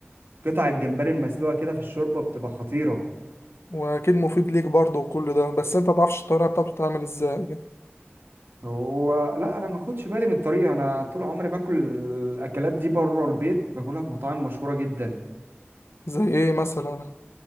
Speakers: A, on the right; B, on the left.
A: قطع الجمبري المسلوقه كده في الشوربه بتبقى خطيره
B: واكيد مفيد ليك برضه وكل ده بس انت متعرفش الطريقه بتاعته بتتعمل ازاي يعني.
A: هو لا انا ما اخدش بالي من الطريقه انا طول عمري باكل الاكلات دي بره البيت باكلها في مطاعم مشهوره جدا
B: زي ايه مثلا